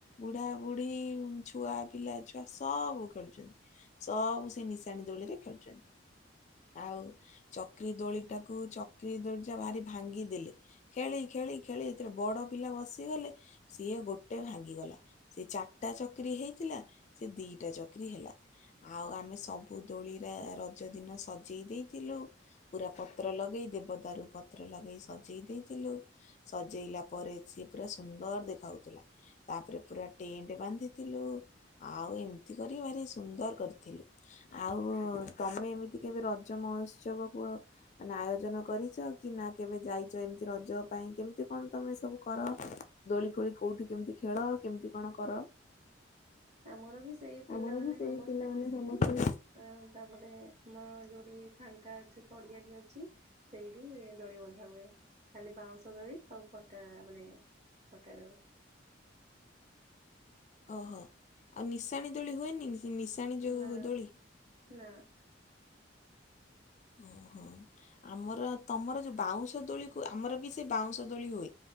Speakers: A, on the left; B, on the right.
A: ବୁଢାବୁଢୀ ଛୁଆ ପିଲା ଛୁଆ ସବୁ ଖେଳୁଛନ୍ତି। ସବୁ ସେ ନିଶାଣି ଦୋଳିରେ ଖେଳୁଛନ୍ତି। ଆଉ ଚକ୍ରି ଦୋଳି ଟାକୁ ଚକ୍ରି ଦୋଳି ଟା ଭାରି ଭାଙ୍ଗିଦେଲେ। ଖେଳି ଖେଳି ଖେଳି ସେଥିରେ ବଡ ପିଲା ବସିଗଲେ ସିଏ ଗୋଟେ ଭାଙ୍ଗିଗଲା ସେ ଚାରିଟା ଚକ୍ରି ହେଇଥିଲା ସେ ଦିଟା ଚକ୍ରି ହେଲା। ଆଉ ଆମେ ସବୁ ଦୋଳିରେ ର ରଜ ଦିନ ସଜେଇ ଦେଇଥିଲୁ। ପୁରା ପତ୍ର ଲଗେଇ ଦେବଦାରୁ ପତ୍ର ଲଗେଇ ସଜେଇ ଦେଇଥିଲୁ। ଥିଲୁ। ସଜେଇଲା ପରେ ସିଏ ପୁରା ସୁନ୍ଦର ଦେଖାଉଥିଲା। ତାପରେ ପୁରା ଟେଣ୍ଟ ବାନ୍ଧି ଥିଲୁ। ଆଉ ଏମିତି କରି କି ଭାରି ସୁନ୍ଦର କରିଥିଲୁ। ଆଉ ତମେ ଏମିତି କେବେ ରଜ ମହୋତ୍ସବକୁ ମାନେ ଆୟୋଜନ କରିଛ କି ନା କେବେ ଯାଇଛ ଏମତି? ରଜ ପାଇଁ କେମିତି କଣ ତମେ ସବୁ କର? ଦୋଳି ଫୋଳି କୋଉଠି କେମିତି ଖେଳ? କେମିତି କଣ କର? <inaudible>
B: ଆମର ବି ସେଇ ପିଲାମାନେ
A: ଆମର ବି ସେଇ
B: ସମସ୍ତେ
A: ପିଲାମାନେ
B: ମିଶିକି
A: ସମସ୍ତେ
B: ଅ
A: ମି
B: ତାପରେ ଆମର ଯୋଉଠି ଫାଙ୍କା ଅଛି ପଡିଆ ବି ଅଛି ସେଇଠି ଦୋଳି ବନ୍ଧା ହୁଏ। ଖାଲି ବାଉଁଶ ଦୋଳି ଆଉ ପଟା ମାନେ ପଟା ଦୋଳି।
A: <inaudible> ଓହୋ। ଆଉ ନିଶାଣି ଦୋଳି ହୁଏନି। ନିଶାଣି ଯୋଉ
B: ନା
A: ଦୋଳି
B: ନା
A: ହୁଁ ହୁଁ ଆମ ଆମର ତମର ଯୋଉ ବାଉଁଶ ଦୋଳି କୁ ଆମର ବି ସେ ବାଉଁଶ ଦୋଳି ହୁଏ।